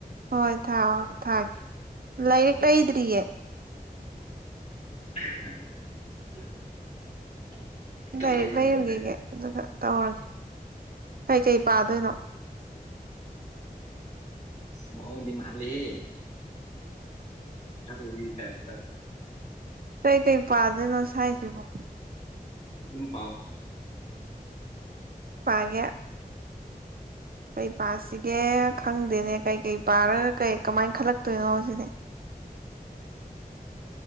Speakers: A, on the right (about 70°); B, on the left (about 45°).
A: ꯍꯣꯏ ꯊꯥꯎ ꯊꯥꯒꯦ ꯂꯥꯏꯔꯤꯛ ꯂꯩꯗ꯭ꯔꯤꯌꯦ
B: <unintelligible>
A: ꯂꯥꯏꯔꯤꯛ
B: ꯂꯩꯔ
A: ꯂꯩꯔꯨꯒꯤꯒꯦ
B: ꯂꯣꯏꯔꯦ
A: ꯑꯗꯨꯒ ꯇꯧꯔꯒꯦ ꯀꯩꯀꯩ ꯄꯥꯗꯣꯏꯅꯣ
B: ꯃꯑꯣꯡꯗꯤ ꯃꯥꯜꯂꯤ ꯍꯦ ꯑꯗ ꯎꯔꯤꯇꯥꯏꯞꯇ
A: ꯀꯩ ꯀꯩ ꯄꯥꯗꯣꯏꯅꯣ ꯁꯋ꯭ꯥꯏꯁꯤꯕꯣ
B: ꯗꯨꯝ ꯄꯥꯎ
A: ꯄꯒꯦ ꯀꯩ ꯄꯥꯁꯤꯒꯦ ꯈꯪꯗꯦꯅꯦ ꯀꯩꯀꯩ ꯄꯥꯔꯒ ꯀꯩ ꯀꯃꯥꯏꯅ ꯈꯜꯂꯛꯇꯣꯏꯅꯣ ꯁꯤꯅꯦ